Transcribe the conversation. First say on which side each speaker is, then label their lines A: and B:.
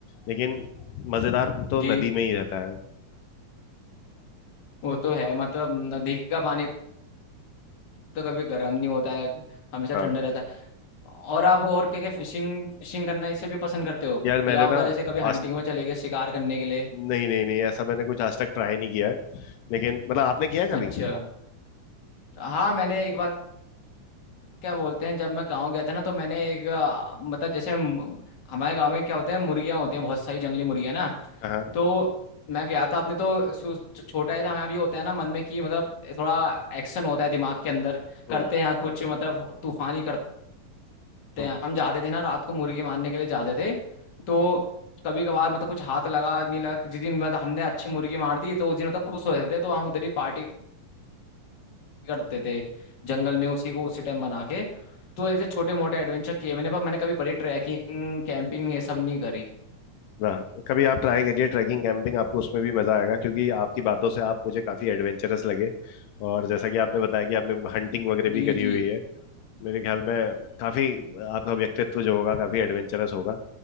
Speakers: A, on the left; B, on the left.
A: लेकिन मजेदार तो
B: जी
A: नदी में ही रहता है
B: वो तो है मतलब नदी का पानी तो कभी गर्म नहीं होता है हमेशा
A: हाँ
B: ठंडा रहता है और आप और क्या क्या फिशिंग फिशिंग करना इसे भी पसंद करते हो
A: यार
B: या
A: मैंने ना
B: मतलब जैसे कभी
A: आज
B: हंटिंग में चले गए शिकार करने के लिए
A: नहीं नहीं नहीं ऐसा मैंने कुछ आज तक ट्राई नहीं किया है लेकिन मतलब आपने किया है कभी
B: अच्छा हाँ मैंने एक बार क्या बोलते हैं जब मैं गांव गया था ना तो मैंने एक अ, मतलब जैसे म- हमारे गांव में क्या होते हैं मुर्गियां होती हैं बहुत सारी जंगली मुर्गियां ना
A: हाँ हाँ।
B: तो मैं गया था अपने तो सु- छो- छोटा ही था मैं अभी होता है ना मन में कि मतलब थोड़ा एक्शन होता है दिमाग के अंदर
A: हम्म
B: करते हैं कुछ मतलब तूफानी करते थे
A: हम्म
B: हम जाते थे ना रात को मुर्गी मारने के लिए जाते थे तो कभी कभार मतलब कुछ हाथ लगा नहीं लगा जिस दिन मतलब हमने अच्छी मुर्गी मार दी तो उस दिन मतलब खुश होते थे तो हम उधर ही पार्टी करते थे जंगल में उसी को उसी टाइम बना के तो ऐसे छोटे मोटे एडवेंचर किए मैंने पर मैंने कभी बड़ी ट्रैकिंग कैंपिंग ये सब नहीं करी
A: ना कभी आप ट्राई करिए ट्रैकिंग कैंपिंग आपको उसमें भी मजा आएगा क्योंकि आपकी बातों से आप मुझे काफी एडवेंचरस लगे और जैसा कि आपने बताया कि आपने हंटिंग वगैरह
B: जी
A: भी करी
B: जी
A: हुई है मेरे ख्याल में काफी आपका व्यक्तित्व जो होगा काफी एडवेंचरस होगा